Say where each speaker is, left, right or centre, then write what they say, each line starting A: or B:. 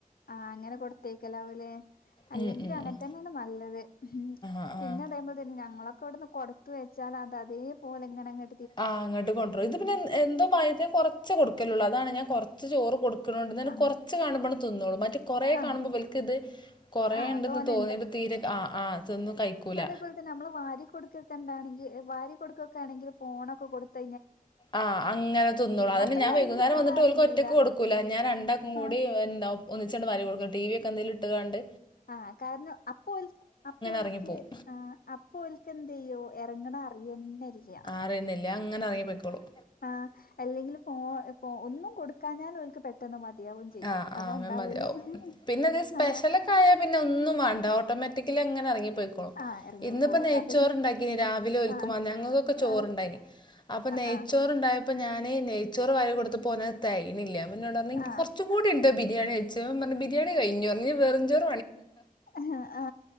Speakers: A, on the left; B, on the left.
A: ആ അങ്ങനെ കൊടുത്തയക്കലാവൂലേ അല്ലെങ്കിലും
B: ഉം ഉം
A: അങ്ങതന്നെയാണ്
B: ഉം.
A: നല്ലത് ഉം
B: ആ
A: പിന്നെ
B: ആ
A: അതേപോൽ തന്നെ ഞങ്ങളൊക്കെ ഇവിടെന്ന് കൊടുത്തവെച്ചാൽ അത് അതേ പേലെങ്ങനെ ഇങ്ങട്
B: ആ ഇങ്ങട്ട് കൊണ്ടരും ഇത് പിന്നെ എന്തോ ഭാഗ്യത്തിന് കൊറച്ചേ കൊടുക്കലള്ളൂ അതാണ് ഞാൻ കുറച്ച് ചോറ് കൊടുക്കണണ്ട് ഞൻ
A: ആഹ്
B: കുറച്ച് കാണുമ്പോ തിന്നോളൂ മറ്റ് കൊറ
A: ആഹ്
B: കാണുമ്പോ ഇവൽക്കിത് കൊറെ
A: ആഹ്
B: ഇണ്ടന്ന്
A: തോനെ
B: തോന്നി തീരെ ആ ആ തിന്നും കഴിക്കൂല
A: അതുപോൽതന്നെ നമ്മള് വാരികൊടുക്കതന്നെണെങ്കിൽ വാരി കൊടുക്ക ക്കാണെങ്കിൽ ഫോണൊക്കെ കൊടുത്ത
B: ആഹ് അങ്ങനെതിന്നളോ അതന്നെ
A: അപ്പ
B: ഞാൻ
A: ഇറങ്ങി
B: വൈകുന്നേരം
A: പോണ
B: വന്നിട്ട
A: അറിയൂല
B: ഓൽക്ക് ഒറ്റയ്ക്ക് കൊടുക്കൂല ഞാൻ രണ്ടാക്കും മുടി
A: ആഹ്
B: എന്ത ഒന്നിച്ചിങ്ങട് വാരി കൊടുക്കൂല ടി വി ഒക്കെ എന്തേലും ഇട്ടുകാണ്ട്
A: ആ കാരണം അപ്പോൽ അപ്പോൽക്ക്
B: ഇറങ്ങിപ്പോവും
A: ആ അപ്പോഓൽക്ക് എന്തയ്യു ഇറങ്ങണ അറിയെന്നെ ഇല്ല
B: അറിയുന്നില്ല അങ്ങനെ ഇറങ്ങി പോയിക്കോളും
A: അ എല്ലെങ്കിൽ ഫോണ് ഫോണ് ഒനും കൊടുക്കാഞ്ഞാൽ ഓൽക്ക് പെട്ടെന്ന് മതിയാവും ചെയ്യും
B: ആഹ്
A: അതാണ്ടാവല്
B: ആഹ് അത് മതിയാവും
A: ഹ്
B: പിന്നെ ഇത് സ്പെഷ്യലൊക്കെ
A: ആ
B: ആയാൽ പിന്നെ ഒന്നും വാണ്ട ഓട്ടോമാറ്റിക്കിലി അങ്ങനെ എറങ്ങി പോയിക്കോളും
A: ആഹ് എറങ്ങിപ്പോവും
B: ഇന്നിപ്പ നെയ്ച്ചോറണ്ടാക്കിന്
A: അതിൽ
B: രാവിലെ ഒൽക്കു
A: ആഹ്
B: ഞങ്ങളൊക്കെ ചോറണ്ടായിനി
A: ആഹ്
B: അപ്പൊ നെയ്ച്ചോറണ്ട
A: ആഹ്
B: ഉണ്ടായപ്പം ഞാന് നെയച്ചോറ് വാരികൊടുത്തപ്പ അപ്പോന് തേയിനില്ല പിന്നന്നോട് പറഞ്ഞ
A: ആഹ്
B: കുറച്ച കൂടി ഇട് ബിരിയാണി ഞാനപറഞ്ഞ ബിരിയാണി കയിഞ്ഞ് ഇനി ബെറുച്ചോറ്
A: ആ ആ